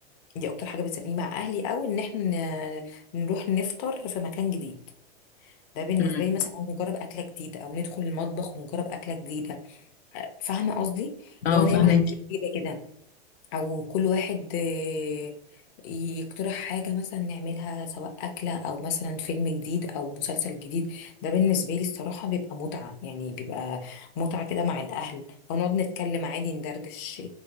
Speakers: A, on the left (about 40°); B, on the left (about 90°).
A: دي اكتر حاجه بتسليني مع اهلي قوي ان احنا ن- نروح نفطر في مكان جديد ده بالنسبه
B: مم.
A: لي مثلا أو نجرب اكله جديده او ندخل المطبخ ونجرب اكله جديده فاهمه قصدي
B: اه
A: اللي هو نعمل
B: فاهمك
A: حاجه جديده او كل واحد آه، يقترح حاجة مثلا نعملها سواء أكلة أو مثلا فيلم جديد أو مسلسل جديد ده بالنسبة لي الصراحة بيبقى متعة يعني بيبقى متعة كده مع الأهل أو نقعد نتكلم عادي ندردش